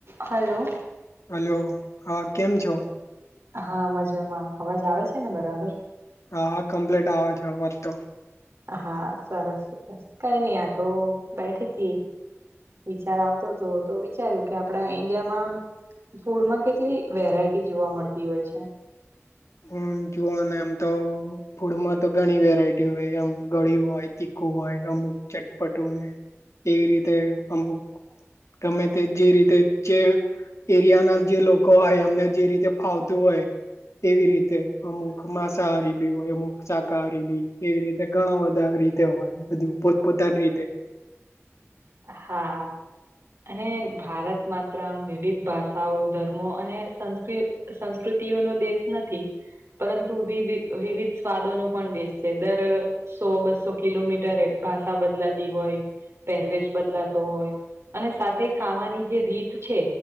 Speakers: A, on the right; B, on the left.
A: હલો
B: હલો હા કેમ છો?
A: હા મજામાં અવાજ આવે છે ને બરાબર
B: હા હા કમ્પ્લીટ આવે છે વાત તો
A: હા સરસ સરસ કઈ નહી આ તો બેઠી થી. વિચાર આવતો હતો તો વિચાર્યું કે આપણા ઈન્ડિયામાં ફૂડમાં કેટલી વેરાયટી જોવા મળતી હોય છે.
B: હ જોને એમ તો ફૂડમાં તો ઘણી વેરાયટી હોય આમ ગળી હોય તીખું હોય અમુક ચટપટુંને એવી રીતે અમુક ગમે તે જે રીતે જે એરિયા ના જે લોકો હોય એમને જે રીતે ફાવતું હોય એવી રીતે અમુક માંસાહારી બી હોય અમુક શાકાહારી બી એવી રીતે ઘણા બધા રીતે હોય બધું પોત પોતાની રીતે
A: હા. અને ભારત માત્રમ વિવિધ ભાષાઓ ધર્મો અને સંસ્કૃત સંસ્કૃતિઓ નો દેશ નથી પરંતુ વિ વિવિધ સ્વાદોનો પણ દેશ છે દર સો, બસો, કિલોમીટરેએ ભાષા બદલાતી હોય, પહેરવેશ બદલાતો હોય અને સાથે ખાવાની જે રીત છે